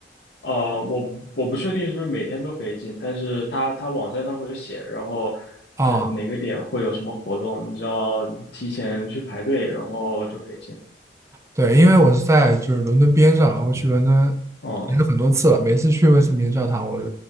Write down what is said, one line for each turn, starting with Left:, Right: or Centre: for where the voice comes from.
Left: 呃，我我不确定是不是每天都可以进，但是它它网站上会有写，然后
Right: 啊，
Left: 这哪个点会有什么活动，你只要提前去排队，然后就可以进。
Right: 对，因为我是在就是伦敦边上，然后去伦敦其实很多次了，
Left: 哦、
Right: 每次去威斯敏特教堂我都